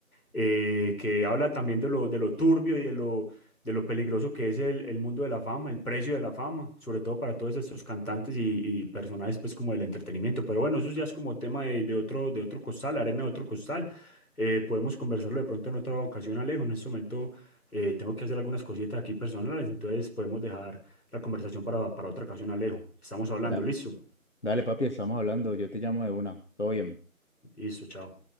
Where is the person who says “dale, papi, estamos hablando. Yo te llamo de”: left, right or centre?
Left